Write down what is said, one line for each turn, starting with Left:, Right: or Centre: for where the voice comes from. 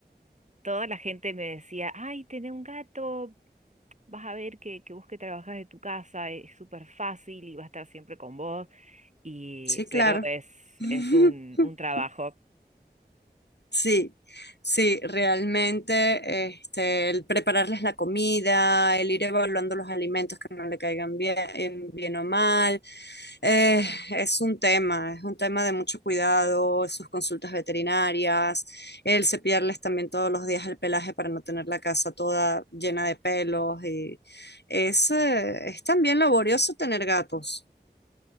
Right: toda la gente me decía, ay, tenés un gato, vas a ver que, que vos que trabajás de tu casa es súper fácil y va a estar siempre con vos, y,
Left: sí, claro.
Right: pero es,
Left: <laughs>
Right: es un, un trabajo.
Left: Sí, sí, realmente este, el prepararles la comida, el ir evaluando los alimentos que no le caigan bien, en- bien o mal, eh, es un tema, es un tema de mucho cuidado, sus consultas veterinarias, el cepillarles también todos los días el pelaje para no tener la casa toda llena de pelos y es, eh, es también laborioso tener gatos.